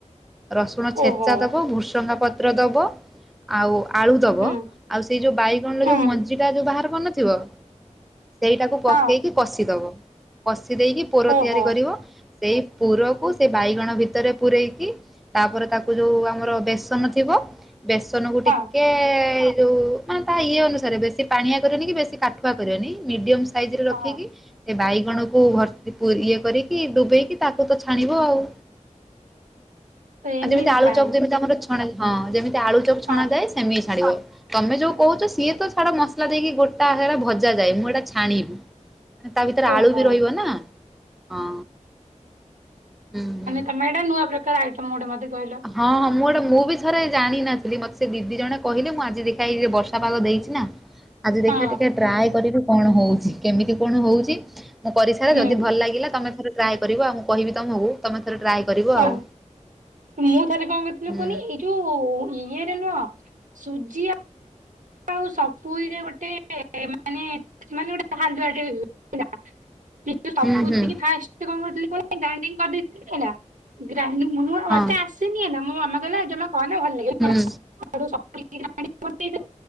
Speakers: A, in the centre; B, on the right.
A: ରସୁଣ ଛେଚା
B: ଓହୋ
A: ଦବ ଭୃଷୁଙ୍ଗା ପତ୍ର ଦବ। ଆଉ ଆଳୁ ଦବ
B: ହୁଁ
A: ଆଉ ସେଇ ଯୋଉ ବାଇଗଣର
B: ହୁଁ
A: ଯୋଉ ମଞ୍ଜି ଟା ଯୋଉ ବାହାର କରିନଥିବ। ସେଇଟାକୁ ପକେଇକି
B: ହଁ
A: କଷିଦବ, କଷି ଦେଇକି ପୋର
B: ଓହୋ
A: ତିଆରି କରିବ। ସେଇ ପୁରକୁ ସେଇ ବାଇଗଣ ଭିତରେ ପୂରେଇକି। ତାପରେ ତାକୁ ଯୋଉ ଆମର ବେସନ ଥିବ। ବେସନ କୁ
B: ହଁ
A: ଟିକେ ଏ ଯୋଉ ମାନେ ତା ଇଏ ଅନୁସାରେ ବେଶୀ ପାଣିଆ କରିବନି କି ବେଶୀ କାଠୁଆ କରିବନି ମିଡିୟମ୍ ସାଇଜ ରେ
B: ହଁ
A: ରଖିକି। ଏ ବାଇଗଣକୁ ଭର୍ତ୍ତି ପୁ-ଇଏ କରିକି ଡୁବେଇକି ତାକୁ ତ ଛାଣିବ ଆଉ।
B: <inaudible> ଏମିତି
A: ଆଉ ଯେମିତି ଆଳୁ
B: ତାହେଲେ
A: ଚପ୍ ଯେମିତି ଆମର ଛ ହଁ ଯେମିତି ଆଳୁ ଚପ୍ ଛଣାାଯାଏ
B: ହଁ
A: ସେମିତି ଛାଣିବ। ତୋମେ ଯୋଉ କହୁଚ ସିଏ ତ ଛାଡ ମସ ସଲା ଦେଇକି ଗୋଟା ସେଟା ଭଜାଯାଏ, ମୁଁ ଏଇଟା ଛାଣିବି। ମାନେ ତା ଭିତରେ ଆଳୁ
B: ଓହୋ
A: ବି ରହିବ ନା, ହଁ, ହୁଁ।
B: ତୋମେ ଏଟା ନୂଆ ପ୍ରକାର ଆଇଟମ୍ ଗୋଟେ ମୋତେ କହିଲ।
A: ହଁ, ହଁ ମୁଁ ଏଟା, ମୁଁ ବି ଥରେ ଜାଣିିନଥିଲି ମୋତେ ସେ ଦିଦି ଜଣେ କହିଲେ, ମୁଁ ଆଜି ଦେଖା ଏଇ ଯେ ବର୍ଷା ପାଗ ଦେଇଛି ନା। ଆଜି ଦେଖିଆ
B: ହଁ
A: ଟିକେ ଟ୍ରାଏ କରିବି କଣ ହଉଛି କେମିତି କଣ ହଉଛି। ମୁଁ କରିସାରେ,
B: ହୁଁ
A: ଯଦି ଭଲ ଲାଗିଲା ତୋମେ ଥରେ ଟ୍ରାଏ କରିବ ଆଉ, ମୁଁ କହିବି ତୋମକୁ ତୋମେ ଥରେ ଟ୍ରାଏ କରିବ
B: ହଁ
A: ଆଉ।
B: ମୁଁ ଥରେ କଣ କରିଥିଲି
A: ହୁଁ
B: କୁହନି ଏଇ ଯୋଉ ଇଏରେ ନୁହଁ ସୁଜି ଆ ଆଉ ସପୁରୀ ରେ ଗୋଟେ ମାନେ ମାନେ ଗୋଟେ ହାଲୁଆ ଟେ <inaudible> ହେଲା। <inaudible> ଚି <unintelligible> ସପୁରୀ
A: ହୁଁ ହୁଁ
B: କି ଫାଷ୍ଟ କଣ କରିଥିଲି କୁହନି? ଗ୍ରାଇଣ୍ଡିଙ୍ଗ କରିଦେଇଥିଲି ହେଲା ଗ୍ରାଇଣ୍ଡିଙ୍ଗ ମୁଁ ନୂଆ ଓ
A: ହଁ
B: ମୋତେ ଆସିନି ହେଲା ମୋ ମାମା କହିଲା ଜମା କରନା ଭଲ ଲାଗିବ
A: ହୁଁ।
B: ତାକୁ ସପୁରୀ କି ଗ୍ରାଇଣ୍ଡିଙ୍ଗି କରିଦେଇଚି,